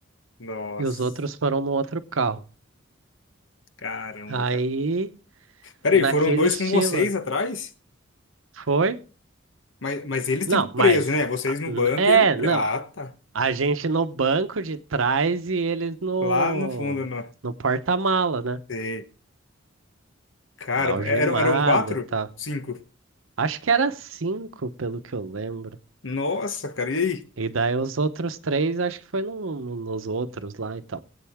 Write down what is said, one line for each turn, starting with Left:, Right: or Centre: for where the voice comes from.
Left: Nossa,
Right: e os outros foram no outro carro.
Left: caramba,
Right: Aí,
Left: cara. Peraí,
Right: naquele
Left: foram dois
Right: estilo,
Left: com vocês atrás?
Right: foi?
Left: Mas, mas eles,
Right: Não,
Left: tipo, preso,
Right: mas.
Left: né? Vocês
Right: ah,
Left: no
Right: n-
Left: banco
Right: É,
Left: e ele... pre-
Right: não.
Left: Ah, tá.
Right: A gente no banco de trás e eles no,
Left: Lá no fundo, não.
Right: no porta-mala, né?
Left: Sei. Cara,
Right: Algemada
Left: eram, eram quatro?
Right: e tal.
Left: Cinco?
Right: Acho que era cinco, pelo que eu lembro.
Left: Nossa, cara, e aí?
Right: E daí os outros três, acho que foi no, no- nos outros lá e tal.